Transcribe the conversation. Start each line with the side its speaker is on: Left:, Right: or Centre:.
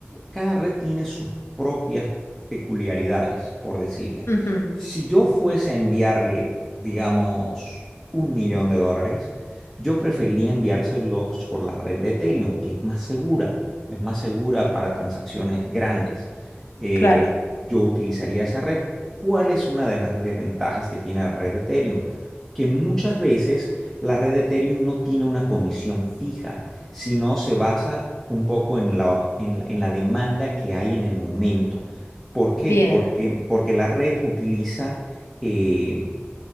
Centre: cada red tiene sus propias peculiaridades, por decirle.
Left: ujú,
Centre: Si yo fuese a enviarle, digamos, un millón de dólares, yo preferiría enviárselos por la red de Ethereum, que es más segura, es más segura para transacciones grandes. Eh,
Left: Claro,
Centre: yo utilizaría esa red. ¿Cuál es una de las desventajas que tiene la red de Ethereum? Que muchas veces la red de Ethereum no tiene una comisión fija sino se basa un poco en la, en la, en la demanda que hay en el momento. ¿Por qué?
Left: bien.
Centre: Porque, porque la red utiliza, eh,